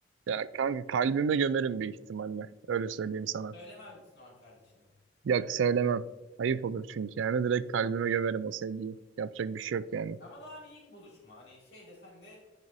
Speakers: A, on the right; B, on the left.
A: Ya kanka kalbime gömerim büyük ihtimalle. Öyle söyleyeyim sana.
B: Söylemez misin o an kardeşine?
A: Ya söylemem. Ayıp olur çünkü yani. Direkt kalbime gömerim o sevgiyi. Yapacak bir şey yok
B: Hı.
A: yani.
B: Ama daha hani ilk buluşma hani şey de sen de